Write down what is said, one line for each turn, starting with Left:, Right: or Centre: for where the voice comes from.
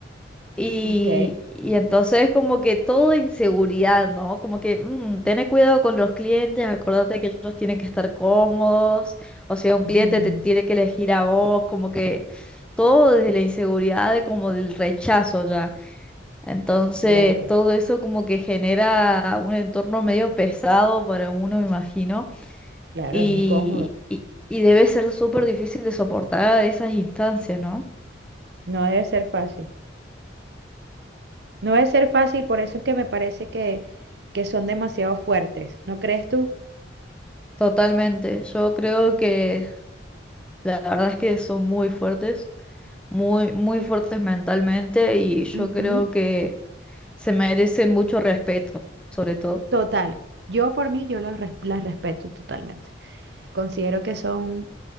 Centre: Y,
Right: Ok.
Centre: y entonces como que todo inseguridad, ¿no? Como que "Mm, tené cuidado con los clientes, acordate que ellos tienen que estar cómodos, o sea, un
Right: Ujú,
Centre: cliente te tiene que elegir a vos, como que todo desde la inseguridad, de como del rechazo ya. Entonces
Right: Claro,
Centre: todo eso como que genera un entorno medio pesado para uno, me imagino,
Right: claro,
Centre: y,
Right: es incómodo.
Centre: y, y debe ser súper difícil de soportar esas instancias, ¿no?
Right: No debe ser fácil. No debe ser fácil, por eso es que me parece que, que son demasiado fuertes, ¿no crees tú?
Centre: Totalmente. Yo creo que La verdad es que son muy fuertes, muy, muy fuertes mentalmente y yo
Right: Ujú.
Centre: creo que se merecen mucho respeto, sobre todo.
Right: Total, yo por mí, yo los res- las respeto totalmente. Considero que son